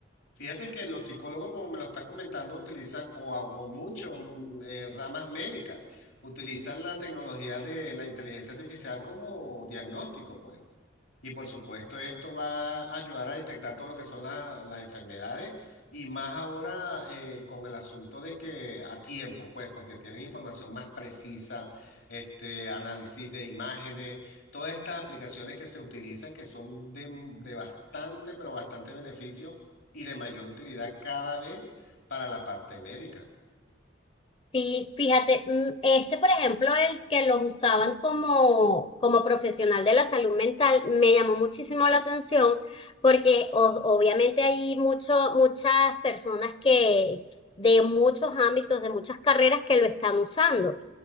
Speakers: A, on the left; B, on the left.
A: Fíjate que los psicólogos, como me lo estás comentando, utilizan, o, a- o muchos mm, eh, ramas médicas, utilizan la tecnología de la inteligencia artificial como diagnóstico, pues. Y por supuesto, esto va a ayudar a detectar todo lo que son la- las enfermedades y más ahora eh, con el asunto de que a tiempo, pues, porque tienen información más precisa, este, análisis de imágenes, todas estas aplicaciones que se utilizan que son de, de bastante, pero bastante beneficio y de mayor utilidad cada vez para la parte médica.
B: Sí, fíjate, mm, este, por ejemplo, el que los usaban como, como profesional de la salud mental, me llamó muchísimo la atención porque o- obviamente hay mucho, muchas personas que de muchos ámbitos, de muchas carreras que lo están usando.